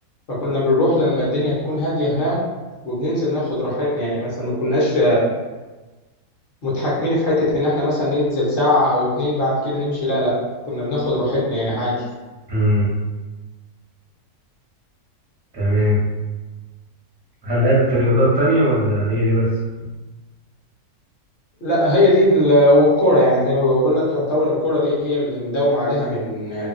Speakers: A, on the left; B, on the right.
A: فكنا بنروح لما الدنيا تكون هاديه هناك وبننزل ناخد راحتنا يعني مثلا ما كناش متحكمين في حته ان احنا مثلا ننزل ساعه او اتنين بعد كده نمشي لا لا كنا بناخد راحتنا يعني عادي
B: مم. تمام هل لعبت رياضات تانية ولا هي دي بس
A: لا هي دي ال- والكرة يعني زي ما بقول لك يعتبر الكرة دي هي اللي مداوم عليها من